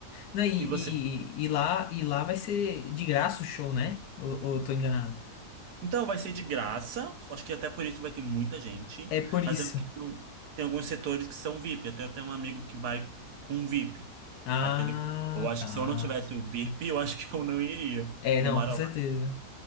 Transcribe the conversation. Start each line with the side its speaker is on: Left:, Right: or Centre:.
Left: Não, e,
Right: E você?
Left: e, e lá, e lá vai ser de graça o show, né? Ou, ou eu tô enganado?
Right: Então, vai ser de graça. Acho que até por isso vai ter muita gente.
Left: É por isso.
Right: Mas eu acho que tem, tem alguns setores que são VIP. Eu tenho até um amigo que vai com VIP.
Left: Ah,
Right: Aí até ele, eu acho
Left: tá.
Right: que se eu não tivesse o VIP, eu acho que eu não iria.
Left: É,
Right: Ele
Left: não,
Right: mora
Left: com certeza.
Right: lá.